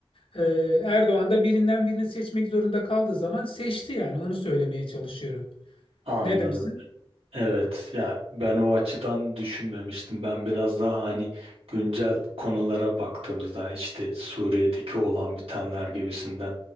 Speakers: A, on the left (about 70°); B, on the right (about 85°).
A: Ee, Erdoğan da birinden birini seçmek zorunda kaldığı zaman seçti yani. Onu söylemeye çalışıyorum.
B: Anladım.
A: Ne dersin?
B: Evet ya ben o açıdan düşünmemiştim. Ben biraz daha hani güncel konulara baktığımızda işte Suriye'deki olan bitenler gibisinden